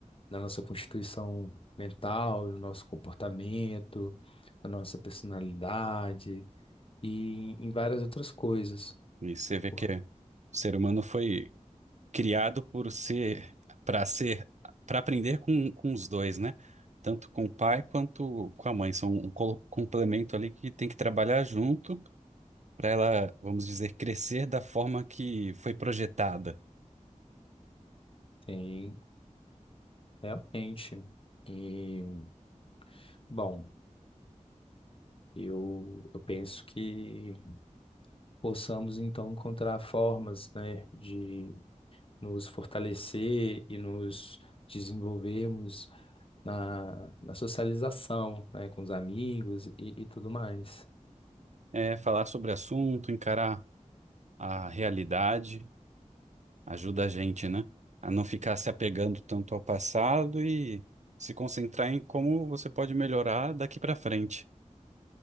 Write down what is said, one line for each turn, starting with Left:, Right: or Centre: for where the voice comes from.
Left: na nossa constituição mental, no nosso comportamento, na nossa personalidade e em várias outras coisas.
Right: E você vê
Left: Pô,
Right: que o ser humano foi criado por ser para ser para aprender com, com os dois, né? Tanto com o pai quanto com a mãe. São um colo- complemento ali que tem que trabalhar junto para ela, vamos dizer, crescer da forma que foi projetada.
Left: tem realmente. E, bom. Eu, eu penso que possamos então encontrar formas, né, de nos fortalecer e nos desenvolvermos na, na socialização, né, com os amigos e, e tudo mais.
Right: É, falar sobre assunto, encarar a realidade, ajuda a gente, né? A não ficar se apegando tanto ao passado e se concentrar em como você pode melhorar daqui para frente.